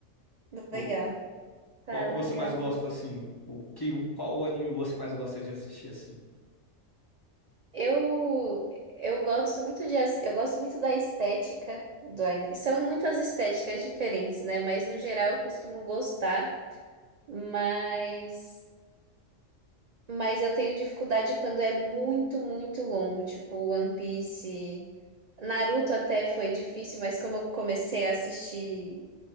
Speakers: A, on the right (about 75°); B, on the left (about 25°).
A: Legal.
B: Ou,
A: Tá,
B: qual que
A: legal.
B: você mais gosta assim? O que, qual anime você mais gosta de assistir assim?
A: Eu, eu gosto muito de, as- eu gosto muito da estética do anime. São muitas estéticas diferentes, né? Mas no geral eu costumo gostar, mas mas eu tenho dificuldade quando é muito, muito longo, tipo One Piece. Naruto até foi difícil, mas como eu comecei a assistir